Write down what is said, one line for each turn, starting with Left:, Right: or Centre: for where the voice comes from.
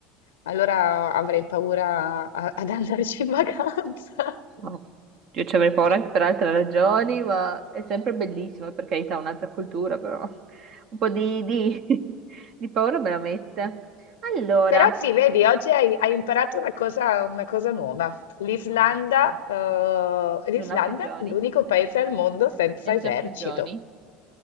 Left: Allora avrei paura a- ad andarci in vacanza.
Right: No. Io ci avrei paura
Left: <laughs>
Right: anche per altre ragioni, ma è sempre bellissimo, per carità, un'altra cultura, però <laughs> un po' di, di- <laughs> di paura me la mette. Allora,
Left: Però sì, vedi, oggi hai, hai imparato una cosa, una cosa nuova. L'Islanda,
Right: Madre.
Left: eh, l'Islanda
Right: non ha prigioni,
Left: è l'unico paese al mondo senza
Right: senza
Left: esercito.
Right: prigioni,